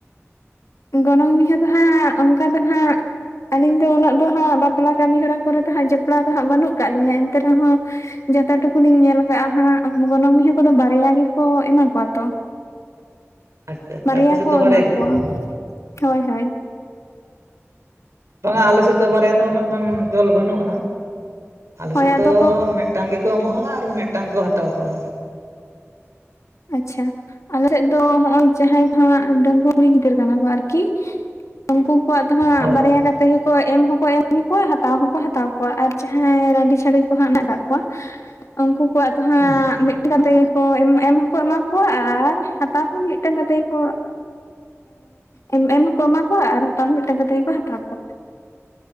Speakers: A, on the left; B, on the right.
A: ᱜᱚᱱᱚᱝ ᱢᱤᱦᱩ ᱫᱚ ᱦᱟᱸᱜ ᱚᱱᱠᱟ ᱫᱚ ᱦᱟᱸᱜ ᱟᱹᱞᱤᱧ ᱫᱚ ᱩᱱᱟᱹᱜ ᱫᱚ ᱦᱟᱸᱜ ᱵᱟᱯᱞᱟ ᱠᱟᱹᱢᱤ ᱦᱚᱨᱟ ᱠᱚ ᱫᱚ ᱦᱟᱸᱜ ᱡᱚᱯᱲᱟᱣ ᱫᱚ ᱦᱟᱸᱜ ᱵᱟᱹᱱᱩᱜ ᱠᱟᱫ ᱞᱤᱧᱟ ᱮᱱᱛᱮ ᱨᱮᱦᱚᱸ ᱡᱚᱛᱚ ᱴᱩᱠᱩ ᱞᱤᱧ ᱧᱮᱞ ᱟᱠᱟᱜᱼᱟ ᱦᱟᱸᱜ ᱜᱚᱱᱚᱝ ᱢᱤᱦᱩ ᱠᱚᱫᱚ ᱵᱟᱨᱭᱟ ᱜᱮᱠᱚ ᱮᱢᱟ ᱠᱚᱣᱟ ᱛᱚ᱾
B: ᱟᱪᱪᱷᱟ ᱟᱪᱪᱷᱟ
A: ᱵᱟᱨᱭᱟ
B: ᱟᱯᱮ ᱥᱮᱫ
A: ᱠᱚ
B: ᱫᱚ ᱵᱟᱨᱭᱟ
A: ᱮᱢᱟ
B: ᱠᱟᱛᱮᱫ
A: ᱠᱚᱣᱟ
B: ᱵᱟᱝ?
A: ᱦᱳᱭ ᱦᱳᱭ᱾
B: ᱵᱟᱝ ᱟ ᱟᱞᱮ ᱥᱮᱫ ᱫᱚ ᱵᱟᱨᱭᱟ ᱫᱚ ᱱᱟᱜ ᱠᱷᱟᱱ ᱪᱚᱞ ᱵᱟᱹᱱᱩᱜᱼᱟ ᱟᱞᱮ
A: ᱦᱳᱭ
B: ᱥᱮᱫ
A: ᱟᱫᱚ
B: ᱫᱚ ᱢᱤᱫ ᱢᱤᱫᱴᱟᱝ ᱜᱮᱠᱚ ᱮᱢᱚᱜᱼᱟ ᱟᱨ ᱢᱤᱫᱴᱟᱝ ᱜᱮᱠᱚ ᱦᱟᱛᱟᱣ ᱠᱚᱣᱟ᱾
A: ᱟᱪᱪᱷᱟ ᱟᱞᱮ ᱥᱮᱫ ᱫᱚ ᱦᱚ ᱚᱭ ᱡᱟᱦᱟᱭ ᱦᱟᱸᱜ ᱰᱟᱺᱜᱩ ᱠᱩᱲᱤ ᱜᱤᱫᱽᱨᱟᱹ ᱠᱟᱱᱟ ᱠᱚ ᱟᱨᱠᱤ ᱩᱱᱠᱩ ᱠᱚᱣᱟᱜ ᱫᱚ ᱦᱟᱸᱜ
B: ᱦᱳᱭ
A: ᱵᱟᱨᱭᱟ
B: ᱦᱳᱭ
A: ᱜᱟᱱ ᱛᱮᱜᱮ ᱠᱚ ᱮᱢ ᱦᱚᱸᱠᱚ ᱮᱢ ᱠᱚᱣᱟ ᱦᱟᱛᱟᱣ ᱦᱚᱸᱠᱚ ᱦᱟᱛᱟᱣ ᱠᱚᱣᱟ ᱟᱨ ᱡᱟᱦᱟᱸᱭ ᱨᱟᱺᱰᱤ ᱪᱷᱟᱹᱲᱤ ᱠᱚᱦᱚᱸ ᱦᱮᱱᱟᱜ ᱠᱟᱜ ᱠᱚᱣᱟ ᱩᱱᱠᱩ ᱠᱚᱣᱟᱜ ᱫᱚ
B: ᱦᱩᱸ᱾
A: ᱢᱤᱫᱴᱮᱱ ᱠᱟᱛᱮ ᱜᱮ ᱠᱚ ᱮᱢ ᱦᱚᱸᱠᱚ ᱮᱢᱟ ᱠᱚᱣᱟ ᱟᱨ ᱦᱟᱛᱟᱣ ᱦᱚᱸ ᱢᱤᱫᱴᱮᱱ ᱠᱟᱛᱮᱜ ᱜᱮ ᱠᱚ ᱮᱢ ᱦᱚᱸᱠᱚ ᱮᱢᱟ ᱠᱚᱣᱟ ᱟᱨ ᱦᱟᱛᱟᱣ ᱦᱚᱸ ᱢᱤᱫᱴᱟᱝ ᱠᱟ ᱠᱟᱛᱮᱜ ᱜᱮ ᱠᱚ ᱦᱟᱛᱟᱣ ᱠᱚᱣᱟ᱾